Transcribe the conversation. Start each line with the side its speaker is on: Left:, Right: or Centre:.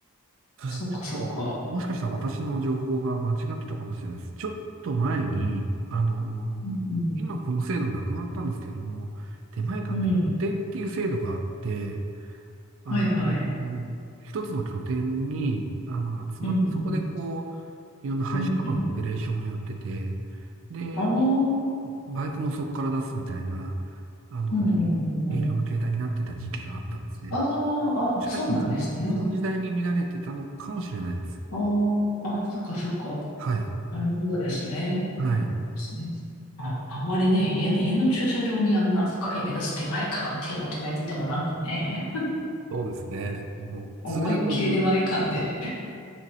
Right: そうそうちょっと、
Left: そっかそっか。
Right: もしかしたら私の情報が間違ってたかもしれないです。ちょっと前に、あのー今この制度なくなったんですけども、
Left: うん
Right: 出前館って拠点っていう制度があって、
Left: うん。うん。
Right: あの
Left: はいはい。
Right: ー一つの拠点に、あの、集まって、
Left: うんうん。
Right: そこでこう、いろんな配車とかのオペレーションをやってて、
Left: うんうん。
Right: で、
Left: ああ、
Right: あの
Left: うん
Right: バイクもそこから出すみたいな、あの、
Left: うんうんうん。
Right: 営業の形態になってた時期があったんですね。
Left: ああ、
Right: もしかしたらその、
Left: あ、そうなんですね。
Right: その時代に見られてたのかもしれないです。
Left: ああ、あ、そっかそっか。
Right: はい。
Left: なるほどですね。
Right: はい。
Left: そうですね。あ、あまりね、家、家の駐車場にあんな深い目立つ出前感っていうのを止めててもなんかね、
Right: そうですね。あの、
Left: 思いっきり出前感で
Right: 通常の住、